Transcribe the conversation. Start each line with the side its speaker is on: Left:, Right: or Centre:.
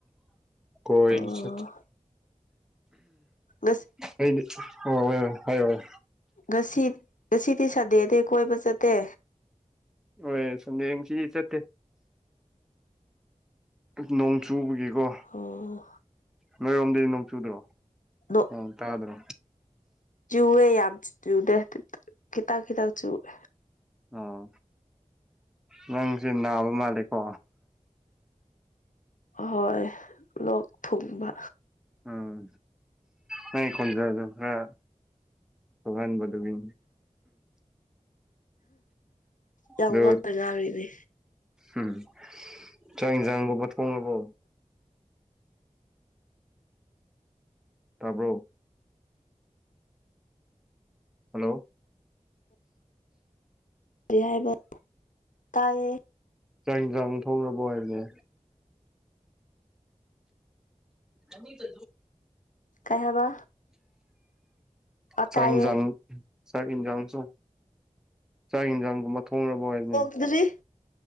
Centre: ꯀꯣꯏ
Left: ꯑꯣ
Centre: ꯆ
Left: ꯉꯁꯤ
Centre: ꯑꯩꯗꯤ ꯑ ꯍꯣꯏ ꯍꯥꯏꯌꯣ ꯍꯥꯏ
Left: ꯉꯁꯤ ꯉꯁꯤꯗꯤ ꯁꯟꯗꯦꯗꯤ ꯀꯣꯏꯕ ꯆꯠꯇꯦ
Centre: ꯍ ꯁꯟꯗꯦꯁꯤꯗꯤ ꯆꯠꯇꯦ ꯅꯣꯡ ꯆꯨꯕꯒꯤꯀꯣ
Left: ꯑꯣ
Centre: ꯅꯣꯏꯔꯣꯝꯗꯤ ꯅꯣꯡ ꯆꯨꯗ꯭ꯔꯣ
Left: ꯅꯣ
Centre: ꯎ ꯇꯗ꯭ꯔꯣ
Left: ꯆꯨꯋꯦ ꯌꯥꯝ ꯆꯨꯗꯦ ꯈꯤꯇꯪ ꯈꯤꯇꯪ ꯆꯨꯑꯦ
Centre: ꯑꯣ ꯅꯪꯁꯦ ꯅꯥꯕ ꯃꯥꯜꯂꯤꯀꯣ
Left: ꯍꯣꯏ ꯂꯣꯛ ꯊꯨꯡꯕ
Centre: ꯎꯝ ꯅꯪꯒꯤ ꯈꯣꯟꯖꯦꯜ ꯈ꯭ꯔ ꯊꯕꯥꯟ ꯃꯗꯨꯒꯤ
Left: ꯌꯥꯝ
Centre: ꯑꯗꯨ
Left: ꯋꯥꯕꯖꯥꯔꯤꯅꯦ
Centre: ꯎꯝ ꯆꯤꯡꯖꯥꯡꯒꯣꯕ ꯊꯣꯡꯉꯕꯣ ꯇꯥꯕ꯭ꯔꯣ ꯍꯜꯂꯣ
Left: ꯔꯤ ꯍꯥꯏꯕ ꯇꯥꯏꯌꯦ
Centre: ꯆꯥꯛ ꯌꯦꯟꯖꯥꯡ ꯊꯣꯡꯉꯕꯣ ꯍꯥꯏꯕꯅꯦ ꯑꯃꯤꯇ
Left: ꯀꯥꯏ ꯍꯕ
Centre: ꯆꯥꯛ
Left: ꯇꯥꯏꯌꯦ
Centre: ꯌꯦꯟꯁꯥꯡ ꯆꯥꯛ ꯌꯦꯟꯁꯥꯡꯁꯨ ꯆꯥꯛ ꯌꯦꯟꯁꯥꯡꯒꯨꯝꯕ ꯊꯣꯡꯅꯕ ꯍꯥꯏꯅꯦ
Left: ꯊꯣꯡꯔꯤ